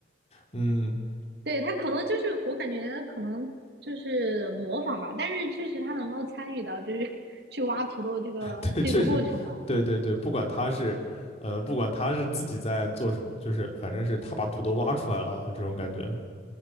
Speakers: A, on the left; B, on the right.
A: 嗯，
B: 对，他可能就是我感觉可能就是模仿吧，但是确实他能够参与到就是 <laughs> 去挖土豆这个这个过程吧。
A: 对，确实，对对对，
B: <laughs>
A: 不管他是呃，不管他是自己在做什么，就是反正是他把土豆挖出来了啊这种感觉。